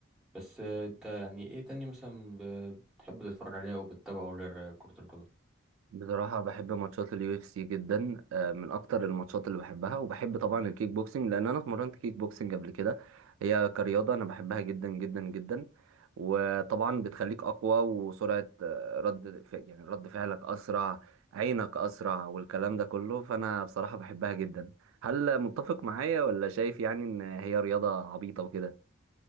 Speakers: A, in the centre; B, on the right (about 80°).
A: بس آه، انت يعني ايه تاني مثلا ب- بتحب تتفرج عليه او بتتابعه غير كرة القدم
B: بصراحة بحب ماتشات اليو اف سي جدا آه، من أكتر الماتشات اللي بحبها وبحب طبعا الكيك بوكسنج لأن أنا اتمرنت كيك بوكسنج قبل كده هي كرياضة أنا بحبها جدا جدا جدا وطبعا بتخليك أقوى وسرعة آه، رد ف- يعني رد فعلك أسرع عينك أسرع والكلام ده كله فأنا بصراحة بحبها جدا هل متفق معايا ولا شايف يعني إن هي رياضة عبيطة وكده؟